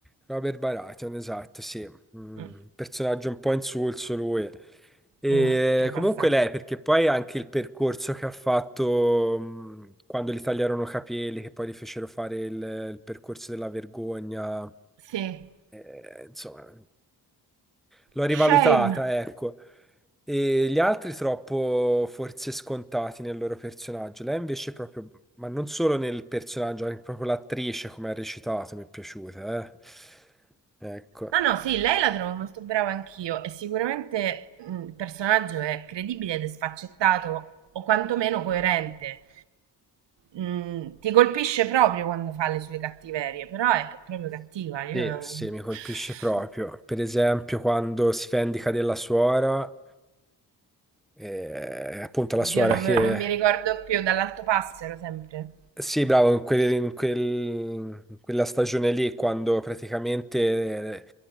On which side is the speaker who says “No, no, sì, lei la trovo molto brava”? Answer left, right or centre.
Right